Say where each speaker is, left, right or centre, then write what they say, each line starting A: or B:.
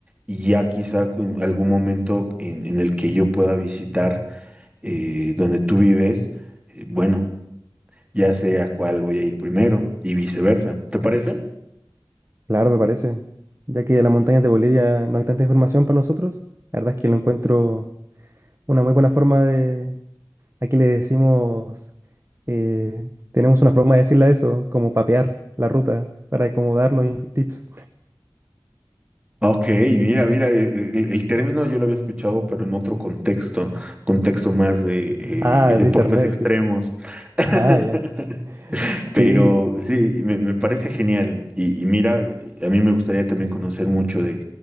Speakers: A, on the right; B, on the right.
A: Y ya quizá en algún momento en, en el que yo pueda visitar eh, donde tú vives, eh, bueno, ya sé a cuál voy a ir primero y viceversa. ¿Te parece?
B: Claro, me parece. Ya que de las montañas de Bolivia no hay tanta información para nosotros, la verdad es que lo encuentro Una muy buena forma de... Aquí le decimos, eh, tenemos una forma de decirle a eso, como papear la ruta para acomodarnos y tips.
A: Ok,
B: Sí.
A: mira, mira, eh, el, el término yo lo había escuchado, pero en otro contexto, contexto más de eh,
B: Ah,
A: deportes
B: de internet,
A: extremos.
B: sí.
A: <laughs>
B: Ah, ya. Sí,
A: Pero sí, me, me parece genial. Y, y mira, a mí me gustaría también conocer mucho de,